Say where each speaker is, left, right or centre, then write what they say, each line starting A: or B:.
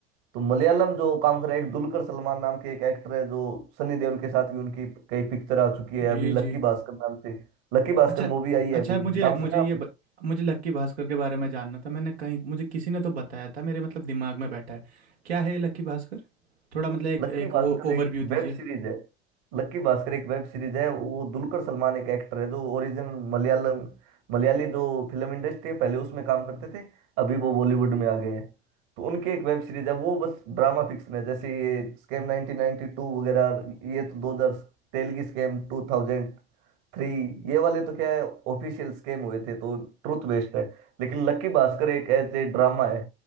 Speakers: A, on the right; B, on the right.
A: तो मलयालम जो काम कर रहा है एक दुलकर सलमान नाम के एक एक्टर है जो सनी देओल के साथ भी उनकी कई पिक्चर आ चुकी है
B: जी,
A: अभी लक्की
B: जी।
A: भास्कर नाम से लक्की भास्कर
B: अच्छा
A: मूवी आई है
B: अच्छा
A: अभी
B: मुझे
A: नाम
B: मुझे
A: सुना
B: ये ब,
A: है
B: मुझे लक्की भास्कर के बारे में जानना था मैंने कहीं मुझे किसी ने तो बताया था मेरे मतलब दिमाग में बैठा है क्या है ये लक्की भास्कर थोड़ा मतलब एक
A: लक्की
B: एक
A: भास्कर
B: वो ओवरव्यू
A: एक
B: दीजिए
A: वेब सीरीज है लक्की भास्कर एक वेब सीरीज है वो दुलकर सलमान एक एक्टर है जो ओरिजिनल मलयालम मलयाली जो फिल्म इंडस्ट्री है पहले उसमें काम करते थे अभी वो बॉलीवुड में आ गए हैं तो उनकी एक वेब सीरीज है वो बस ड्रामा फिक्शन है जैसे ये स्कैम 1992 वगैरह ये तो 2000 तेलगी स्कैम 2000 थ्री ये वाले तो क्या है ऑफिशियल स्कैम हुए थे तो ट्रुथ बेस्ड है लेकिन लक्की भास्कर एक ऐसे ड्रामा है